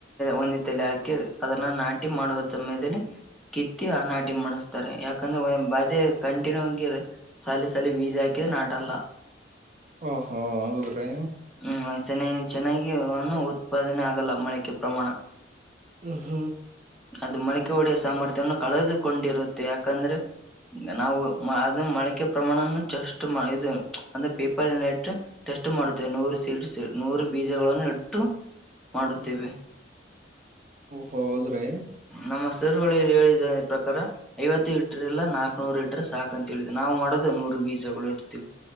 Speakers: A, in the centre; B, on the right.
A: ಒಂದ ತಲೆ ಹಾಕಿ ಅದನ್ನ ನಾಟಿ ಮಾಡುವ ಸಮಯದಲ್ಲಿ ಕಿತ್ತಿ ಆ ನಾಟಿ ಮಾಡಿಸಸ್ತಾರೆ ಯಾಕಂದ್ರೆ ಬಾಧೆ ಕಂಟಿನ್ಯೂ ಆಗಿ ಸಾಲ ಸಾಲ ಬೀಜ ಹಾಕಿ ನಾಟಲ್ಲ
B: ಓಹೋ ಓಹೋ ಹೌದ್ರಿ
A: ಹ್ಮ್ ಚೆನ್ನ ಚೆನ್ನಾಗಿನು ಉತ್ಪಾದನೆ ಆಗಲ್ಲ ಮಳಕೆ ಪ್ರಮಾಣ
B: ಹ ಹ್ಮ
A: ಅದು ಮಳಿಕೆ ಹೊಡೆಯ ಸಾಮರ್ಥ್ಯವನ್ನು ಕಳೆದುಕೊಂಡಿರುತ್ತೆ ಯಾಕಂದ್ರೆ ನಾವು ಅದು ಮಳಕೆ ಪ್ರಮಾಣ ಚೆಸ್ಟ್ ಇದು ಅಂದ್ರ ಪೇಪರ್ ಟೆಸ್ಟ್ ಮಾಡುತ್ತವೆ ನೂರು ನೂರು ಬೀಜಗಳನ್ನು ಇಟ್ಟು ಮಾಡುತ್ತೇವೆ
B: ಹ್ಮ ಹೌದ್ರಿ
A: ನಮ್ಮ ಸರ್ ಹಹೇಳಿದೆ ಈ ಪ್ರಕಾರ ಐವತ್ತು ಲೀಟ್ರ ಎಲ್ಲಾ ನಾಕಕ್ ನೂರು ಲೀಟರ್ ಸಾಕಕ್ ಅಂತ ಹೇಳಿದವಿ ನಾವು ಮಾಡೋದ ನೂರು ಬೀಜಗಳು ಇರ್ತೀವಿ